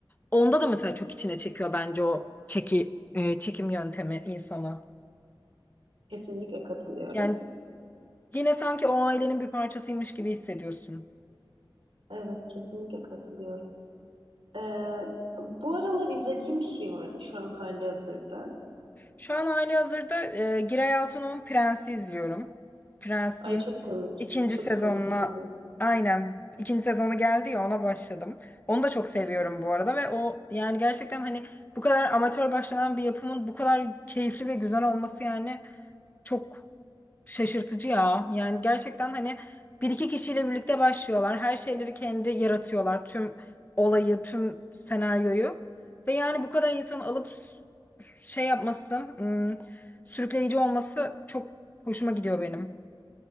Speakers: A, on the left; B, on the right.
A: Onda da mesela çok içine çekiyor bence o çeki, e, çekim yöntemi insana.
B: Kesinlikle katılıyorum.
A: Yani Yine sanki o ailenin bir parçasıymış gibi hissediyorsun.
B: Evet, kesinlikle katılıyorum. Ee, bu aralar izlediğim bir şey var mı şu an hali hazırda?
A: Şu an halihazırda e, Giray Altun'un Prens'i izliyorum. Prens'in
B: Ay çok komik.
A: ikinci
B: Çok
A: sezonuna
B: komik bir dizi.
A: aynen ikinci sezonu geldi ya ona başladım. Onu da çok seviyorum bu arada ve o yani gerçekten hani bu kadar amatör başlanan bir yapımın bu kadar keyifli ve güzel olması yani çok Şaşırtıcı ya. Yani gerçekten hani bir iki kişiyle birlikte başlıyorlar. Her şeyleri kendi yaratıyorlar. Tüm olayı, tüm senaryoyu. Ve yani bu kadar insan alıp s- şey yapması, ım, sürükleyici olması çok hoşuma gidiyor benim.